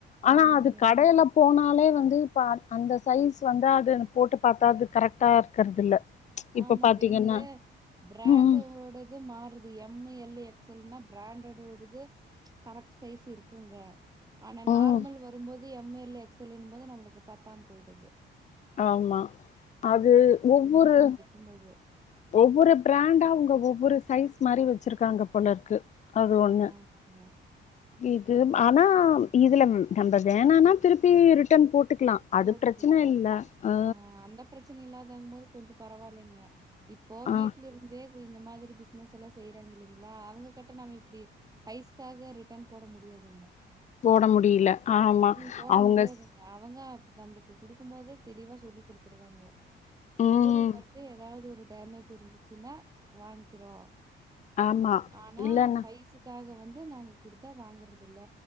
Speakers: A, on the left; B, on the right.
A: ஆனா
B: ஆமாங்க.
A: அது கடையில போனாலே வந்து இப்ப அது அந்த சைஸ் வந்து அது போட்டு பாத்தாது கரெக்ட்டா இருக்குறது இல்ல இப்ப
B: ஆமாங்க
A: பாத்தீங்கன்னா
B: இது பிராண்ட்
A: ம்
B: உங்களோட இது மாறுது எம் எல் எக்ஸல்னா பிராண்டடோடுது கரெக்ட் சைஸ் இருக்குங்க ஆனா நார்மல்
A: ம்
B: வரும்போது எம் எல் எக்ஸ் எல்ன்னு போது நம்மளுக்கு பத்தாம போயிடுது
A: ஆமா அது ஒவ்வொரு
B: உமது
A: ஒவ்வொரு பிராண்டா அவுங்க ஒவ்வொரு சைஸ் மாரி வச்சிருக்காங்க போல இருக்கு அது ஒன்னு
B: ஆமா, ஆமாங்க.
A: இதும் ஆனா இதுல நம்ம வேணானா திருப்பி ரிட்டன் போட்டுக்கலா அது
B: போட்டுக்கலாம்.
A: பிரச்சனை இல்ல அ
B: ஆ அந்த பிரச்சனை இல்லாதாங்கும் போது கொஞ்சம் பரவாயில்லைங்க இப்போ
A: ஆ
B: வீட்ல இருந்தே இந்த மாதிரி பிசினஸ் எல்லாம் செய்றாங்க இல்லைங்களா அவங்க கிட்ட நாம இப்டி சைஸ்க்காக ரிட்டன் போட முடியாதுங்க
A: போட முடியல ஆமா
B: ம் போட
A: அவுங்க
B: முடியாதுங்க.
A: ஸ்
B: அவங்க அப்டிதா நம்மளுக்கு குடுக்கும் போதே தெளிவா சொல்லி் குடுத்துருவாங்க பொருள்
A: ம்
B: வந்து ஏதாவது ஒரு டேமேஜ் இருந்துச்சுன்னா வாங்கிக்றோ
A: ஆமா
B: ஆனா
A: இல்லன்னா
B: சைஸுக்காக வந்து நாங்க குடுத்தா வாங்கறது இல்ல